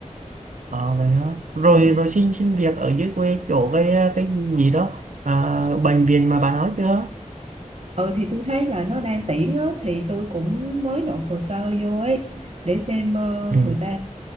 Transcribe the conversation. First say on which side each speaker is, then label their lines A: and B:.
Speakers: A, on the right; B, on the right.
A: Ờ vậy hả? Rồi
B: ừ.
A: rồi xin xin việc ở dưới quê chỗ cái cái gì đó à, bệnh viện mà bà nói chưa?
B: ừ thì tôi thấy là nó đang tuyển á thì tôi cũng mới nộp hồ sơ vô ấy để xem ờ,
A: Ừ.
B: người ta